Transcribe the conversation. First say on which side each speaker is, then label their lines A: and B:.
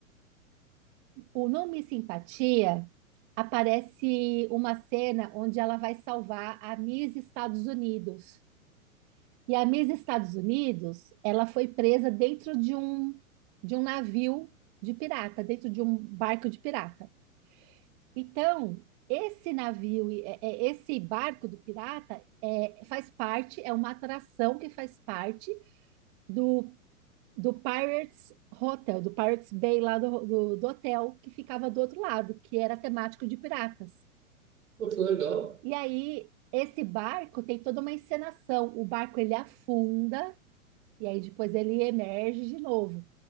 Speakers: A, on the right; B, on the right.
A: O No Miss Simpatia aparece uma cena onde ela vai salvar a Miss Estados Unidos. E a Miss Estados Unidos, ela foi presa dentro de um de um navio de pirata, dentro de um barco de pirata. Então, esse navio, é- é- esse barco do pirata é, faz parte, é uma atração que faz parte do, do Pirates Hotel, do Pirates Bay lá do, do, do hotel que ficava do outro lado, que era temático de piratas.
B: Pô, que legal.
A: E aí, esse barco tem toda uma encenação. O barco ele afunda e aí depois ele emerge de novo.